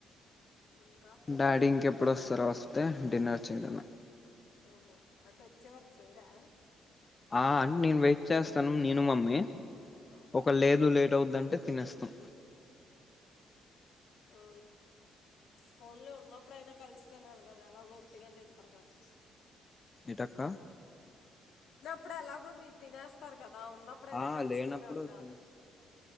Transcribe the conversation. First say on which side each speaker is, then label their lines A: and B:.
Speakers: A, on the left; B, on the left.
A: ఇంకా
B: డాడి ఇంకే ఎప్ ఎప్పుడో వస్తారో వస్తే డిన్నర్ చెయ్యడమే
A: ఓహో అంటే వచ్చేవారుకు చెయ్యరా
B: ఆ అంటే నేను వెయిట్ చేస్తాను నేను మమ్మీ
A: ఓకే
B: ఒక్క లేదు లేట్ అవుతుందంటే తినేస్తాం
A: ఉ పోన్లే ఉన్నప్పుడైనా కలిసి తినాలా కదా ఎలాగో ఉట్టి గా తిన్ టర్రగానస్
B: ఏటి అక్క
A: ఇప్పుడు ఎలాగో మీరు తినేస్తారు కదా ఉన్నప్పుడైనా
B: ఆ
A: కలిసి
B: లేనప్పుడు
A: తినాలిగా
B: తినేస్తాం